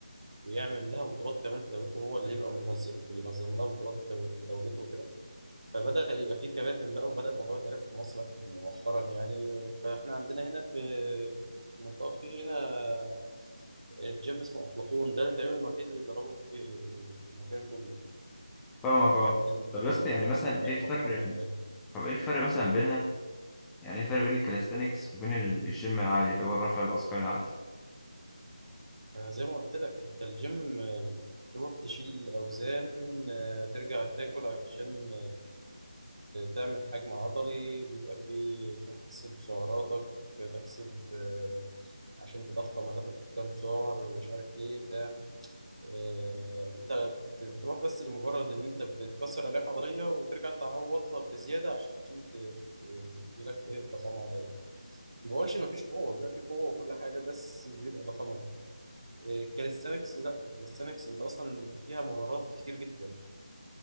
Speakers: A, on the right; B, in the centre.
A: ويعمل لها بطولات كمان في دولته هو اللي يبقى منظم بينظم لها بطولات في دول- في دولته وكده فبدأ يبقى في كباتن بقى وبدأ الموضوع يتعرف في مصر مؤخرا يعني فاحنا عندنا هنا في في المنطقة في هنا جيم اسمه أفلاطون ده تقريبا الوحيد اللي بيدربهم في في المكان كله
B: فاهمك اه
A: كابتن
B: طب يا اسطى يعني
A: كابتن
B: مثلا
A: هناك
B: ايه الفرق
A: محترم جدا
B: طب ايه الفرق مثلا بينها يعني ايه الفرق بين الكاليستانكس وبين ال- الجيم العادي اللي هو الرفع الاثقال العادي
A: زي ما قلت لك انت الجيم تروح تشيل أوزان ترجع تاكل عشان تعمل حجم عضلي بيبقى فيه تحسب سعراتك تحسب آه، عشان تضخم هتاخد كام سعر مش عارف ايه بتاع آه، انت بت- بتروح بس لمجرد ان انت بتكسر الياف عضليه وترجع تعوضها بزياده عشان ت- ت- يجيلك ايه ضخامه عضليه ما بقولش ما فيش قوه بيبقى في قوه وكل حاجه بس بيبقى ضخامه اكتر الكاليستانكس لا الكاليستانكس انت اصلا فيها مهارات كتير جدا